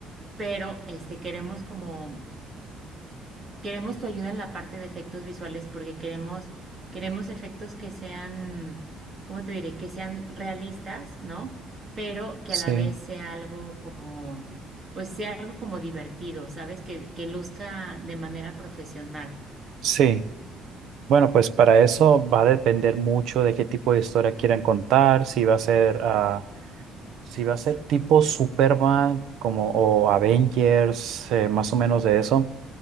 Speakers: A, on the right; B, on the right.
A: pero este queremos como Queremos tu ayuda en la parte de efectos visuales porque queremos, queremos efectos que sean, ¿cómo te diré? Que sean realistas, ¿no? Pero que
B: Sí,
A: a la vez sea algo como, pues sea algo como divertido, ¿sabes? Que, que luzca de manera profesional.
B: sí. Bueno, pues para eso va a depender mucho de qué tipo de historia quieran contar, si va a ser, ah, si va a ser tipo Superman como, o Avengers, eh, más o menos de eso.